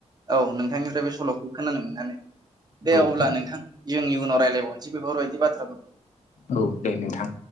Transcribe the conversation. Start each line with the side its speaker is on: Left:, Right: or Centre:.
Right: औ नोंथांनिफ्राय बे सल'खौ खोनानो मोननानै दे
Left: औ
Right: अब्ला नोंथां। जोंनि इयनाव रायज्लायबावनोसै बेफोरबायदि बाथ्राफोरखौ
Left: औ दे नोंथां।